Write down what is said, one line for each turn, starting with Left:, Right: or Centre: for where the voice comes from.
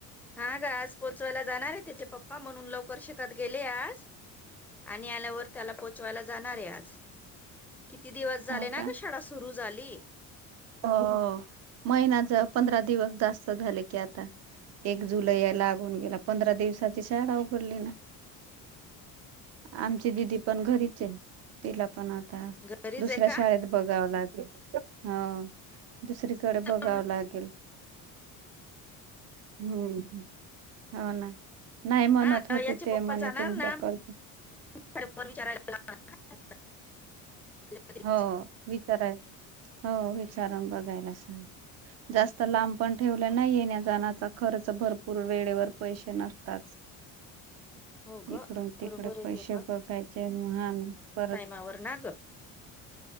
Centre: हा ग आज पोचवायला जाणार आहे त्याचे पप्पा, म्हणून लवकर शेतात गेले आज. आणि आल्यावर त्याला पोचवायला जाणार आहे आज. किती दिवस झाले
Right: हो
Centre: ना
Right: का
Centre: ग शाळा सुरु झाली.
Right: हो महिनाचं पंधरा दिवस जास्त झाले की आता. एक जुलै या लागून गेला पंधरा दिवसाची शाळा उघडली ना. आमची दिदी पण घरीचय तिला पण आ आता
Centre: घरीच
Right: दुसऱ्या
Centre: आहे का
Right: शाळेत बघाव लागेल हा. दुसरीकडे
Centre: चल
Right: बघावं
Centre: मग
Right: लागेल हम्म हम्म. हो ना नाही म्हणत
Centre: हा आता
Right: होते
Centre: याचे
Right: ते
Centre: पप्पा
Right: म्हणे
Centre: जाणार
Right: तुमच्या
Centre: ना
Right: कडचे.
Centre: <inaudible>
Right: हो विचाराय हो विचारून बघायला सांग जास्त तर लांब पण ठेवल्या नाही येण्या जाण्याचा खर्च भरपूर वेळेवर पैसे नसतात.
Centre: हो ग
Right: इकडून तिकडे
Centre: बरोबर आहे
Right: पैसे
Centre: ते
Right: बघायचे महान परत
Centre: आवर ना ग.